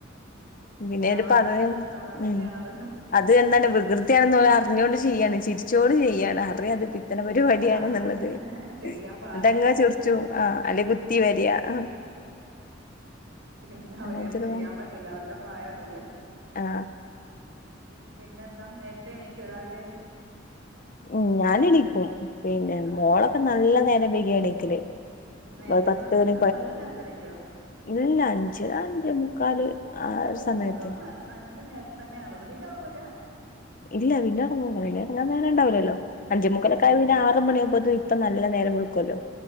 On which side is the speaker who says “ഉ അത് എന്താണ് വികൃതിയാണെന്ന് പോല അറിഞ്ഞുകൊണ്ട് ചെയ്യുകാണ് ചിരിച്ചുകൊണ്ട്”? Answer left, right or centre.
Left